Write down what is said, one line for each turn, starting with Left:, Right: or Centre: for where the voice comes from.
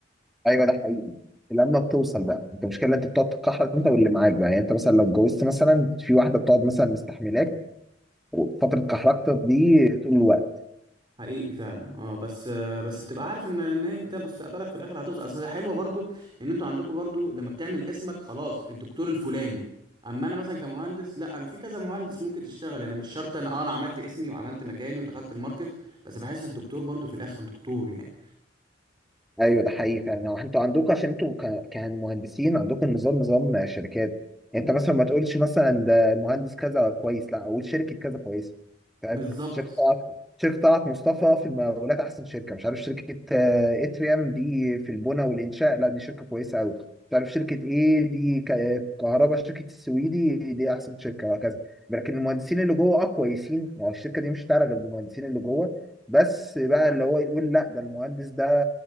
Centre: أيوه ده حقيقي لما بتوصل بقى أنت المشكلة أنت بتقعد تتكحرك أنت واللي معاك بقى يعني أنت مثلا لو اتجوزت مثلا في واحدة بتقعد مثلا مستحملاك وفترة كحركتك دي طول الوقت
Right: حقيقي فعلا اه بس آه بس بتبقى عارف ان ان هي انت مستقبلك في الاخر هتوصل اصل حلوه برضو ان انتوا عندكم برضو لما بتعمل اسمك خلاص الدكتور الفلاني اما انا مثلا كمهندس لا انا في كذا مهندس ممكن تشتغل يعني مش شرط انا اه انا عملت اسمي وعملت مكاني ودخلت الماركت بس بحس الدكتور برضو في الاخر دكتور يعني
Centre: ايوه ده حقيقي فعلا هو انتوا عندكم عشان انتوا ك- كمهندسين عندكم نظام نظام شركات يعني انت مثلا ما تقولش مثلا ده مهندس كذا كويس لا اقول شركه كذا كويسه فاهم
Right: بالظبط
Centre: شركه طلعت شركه طلعت مصطفى في المقاولات احسن شركه مش عارف شركه آه، اتريام دي في البنى والانشاء لا دي شركه كويسه قوي مش عارف شركه ايه دي ك- في الكهرباء شركه السويدي دي احسن شركه وهكذا لكن المهندسين اللي جوه اه كويسين ما هو الشركه دي مش هتعرف غير بالمهندسين اللي جوه بس بقى اللي هو يقول لا ده المهندس ده